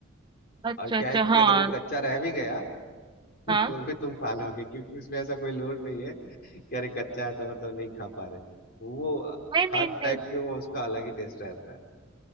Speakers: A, on the right; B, on the left.
A: अच्छा
B: और क्या
A: अच्छा
B: है कि
A: हाँ
B: अगर वो कच्चा रह भी गया
A: हाँ
B: तो भी तुम खा लोगे क्योंकि उसमें ऐसा कोई लोड नहीं है कि अरे कच्चा है तो मतलब नहीं खा पा रहे वो
A: नहीं नहीं
B: हर
A: नहीं
B: टाइप में वो उसका अलग ही टेस्ट रहता है